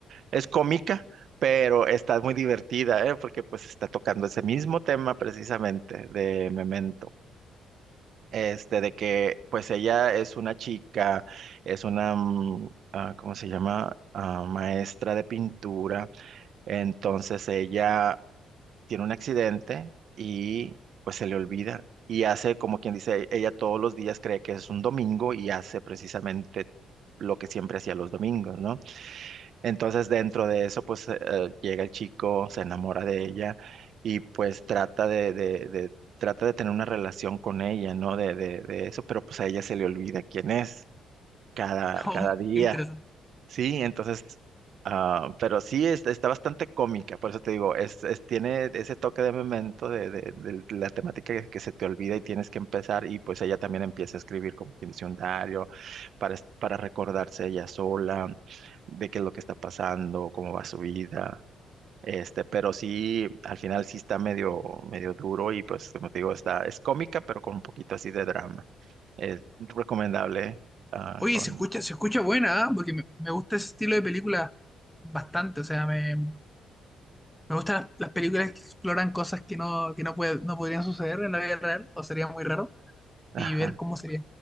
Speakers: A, on the right; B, in the centre.
A: Es cómica, pero está muy divertida, ¿eh? Porque pues está tocando ese mismo tema precisamente de Memento. Este, de que pues ella es una chica, es una, mm, ah, ¿cómo se llama? Ah, maestra de pintura. Entonces ella tiene un accidente y pues se le olvida. Y hace, como quien dice, ella todos los días cree que es un domingo y hace precisamente lo que siempre hacía los domingos, ¿no? Entonces dentro de eso pues eh, eh, llega el chico, se enamora de ella y pues trata de, de, de- trata de tener una relación con ella, ¿no? De, de, de eso, pero pues a ella se le olvida quién es cada,
B: No,
A: cada día.
B: qué interesante.
A: Sí, entonces, ah, pero sí es- está bastante cómica, por eso te digo, es, es- tiene ese toque de memento de, de- de la temática que, que se te olvida y tienes que empezar y pues ella también empieza a escribir como que dice un diario para, es- para recordarse ella sola de qué es lo que está pasando, cómo va su vida. Este, pero sí, al final sí está medio, medio duro y pues como te digo, está, es cómica, pero con un poquito así de drama. Es recomendable, ah,
B: Oye,
A: con,
B: se escucha, se escucha buena, ¿ah? Porque me, me gusta ese estilo de película bastante, o sea, me, Me gustan las, las películas que exploran cosas que no, que no, puede- no podrían suceder en la vida real, o sería muy raro,
A: ajá.
B: y ver cómo sería.